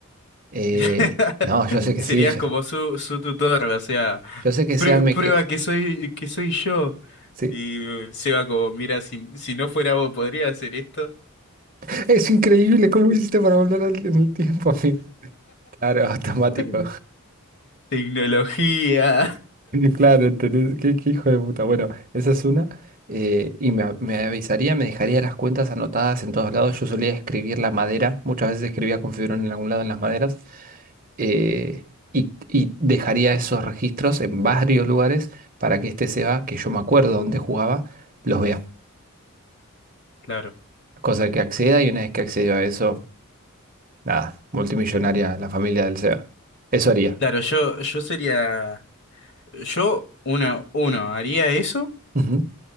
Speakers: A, on the right (about 40°); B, on the left (about 50°).
A: Eh,
B: <laughs>
A: no, yo sé que
B: Serías
A: sí, yo,
B: como su, su tutor, o sea,
A: yo sé que
B: "Prue-
A: Seba me
B: prueba
A: cree.
B: que soy, que soy yo.
A: Sí.
B: Y eh, Seba como, mira, si, si no fuera vos, ¿podría hacer esto?
A: <laughs> Es increíble cómo hiciste para volver al- en el tiempo, amigo. Claro, <laughs> automático.
B: <laughs> Tecnología.
A: <laughs> Claro, entonces, qué, qué hijo de puta. Bueno, esa es una. eh, y me, me avisaría, me dejaría las cuentas anotadas en todos lados. Yo solía escribir la madera, muchas veces escribía con fibrón en algún lado en las maderas. eh, y, y dejaría esos registros en varios lugares para que este Seba, que yo me acuerdo dónde jugaba, los vea.
B: Claro.
A: Cosa que acceda y una vez que acceda a eso, nada, multimillonaria la familia del Seba. Eso haría.
B: Claro, yo, yo sería, yo, uno uno, haría eso.
A: Ujú.